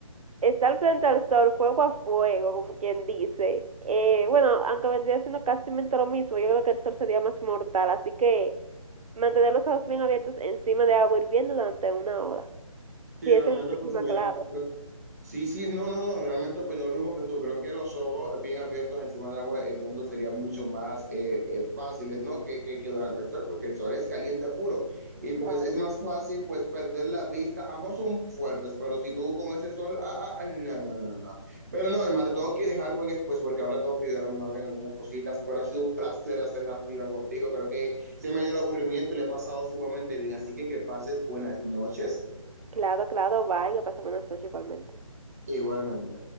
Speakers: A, on the right; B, on the right.
A: estar frente al sol, fuego a fuego, como quien dice. Eh, bueno, aunque vendría siendo casi lo mismo, yo creo que el sol sería más mortal, así que mantener los ojos bien abiertos encima de agua hirviendo durante una hora.
B: Sí,
A: Si es
B: realmente,
A: encima,
B: pues bueno,
A: claro,
B: re- Sí, sí, no, no, no, realmente opino lo mismo que tú. Creo que los ojos bien abiertos encima del agua hirviendo serían mucho más eh, eh, fáciles, ¿no? Que, que, que durante el sol, porque el sol es caliente puro. Y pues
A: claro,
B: es más fácil, pues, perder la vista. Ambos son fuertes, pero si tú con ese sol, ah, ah, ah, no, no, no, no. Pero no, hermano, te tengo que dejar porque, pues, porque ahora tengo que ayudar a mi madre en algunas cositas. Pero ha sido un placer hacer la triba contigo. Creo que se me ha ido el aburrimiento y le he pasado sumamente bien. Así que que pases buenas noches
A: claro, claro, vaya, pasa buenas noches igualmente.
B: igualmente.